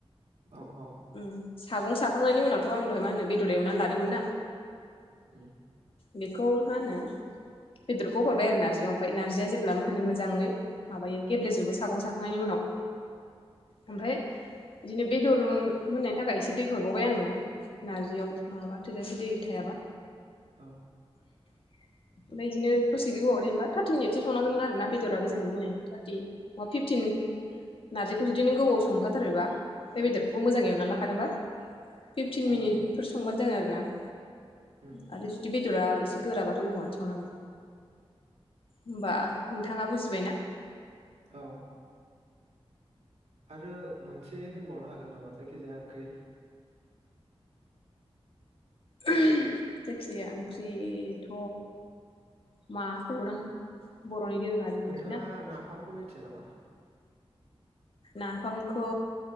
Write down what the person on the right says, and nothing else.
अ अ।
ओ।
ह
औ
उम
औ आरो मोनसे होनबावनो हागोन नामा जायखिजाया ओंख्रि?
नोंथाङा
नाफामखौ जेन'बा